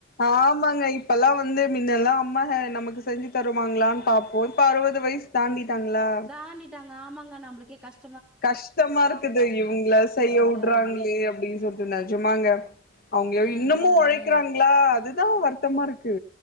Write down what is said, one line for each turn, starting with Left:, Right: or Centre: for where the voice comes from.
Left: ஆமாங்க இப்லாம் வந்து வந்த மின்னெல்லாம் அம்மா நமக்கு செஞ்சு தருவாங்களான்னு பாப்போம் இப்ப அருவது வயசு தாண்டிட்டாங்களா
Centre: தாண்டிட்டாங்க ஆமாங்க நம்மளு கஷ்டம்
Left: கஷ்டமா இருக்குது இவங்கள செய்ய
Centre: மாரி
Left: உட்றாங்களே
Centre: ஆயிடுது
Left: அப்டின்னு சொல்ட்டு நிஜமாங்க அவங்க
Centre: அ
Left: இன்னுமும்
Centre: அ அ
Left: ஒழை க்கறாங்களா அதுதா வருத்தமா இருக்கு